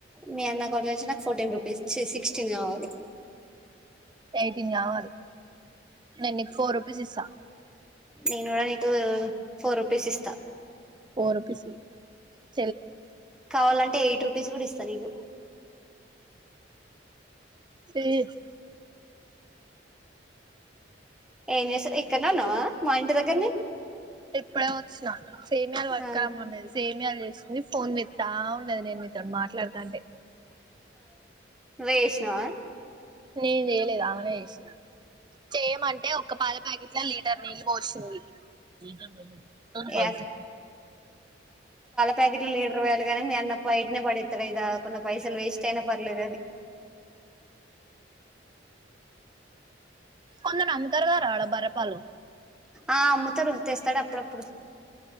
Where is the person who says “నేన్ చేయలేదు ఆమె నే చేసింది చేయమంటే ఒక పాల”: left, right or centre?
Right